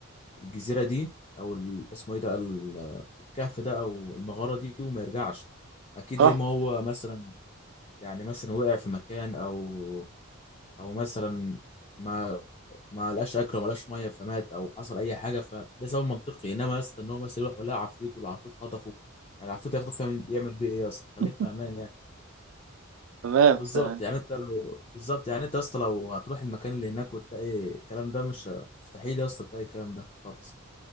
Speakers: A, on the left; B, on the right.
A: الجزيره دي او ال- اسمه ايه ده ال- الكهف ده او المغاره دي وما يرجعش اكيد
B: صح
A: يا اما هو مثلا يعني مثلا وقع في مكان او او مثلا ما ما لقاش اكل وما لقاش ميه فمات او حصل اي حاجه فده سبب منطقي انما يا اسطى ان هو مثلا يروح ولا عفريت والعفريت خطفه يعني العفريت هيخطف يعمل يعمل بيه ايه يا اسطى خليك
B: <laughs>
A: في امان يعني.
B: تمام
A: بالظبط
B: تمام
A: يعني انت لو بالظبط يعني انت يا اسطى لو هتروح المكان اللي هناك وتلاقي الكلام ده مش مستحيل يا اسطى تلاقي الكلام ده خالص